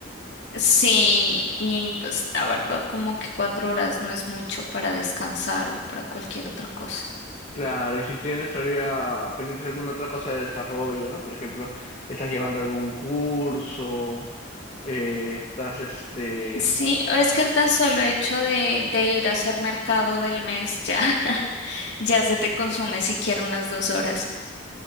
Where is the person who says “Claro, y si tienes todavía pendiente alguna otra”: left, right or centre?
Left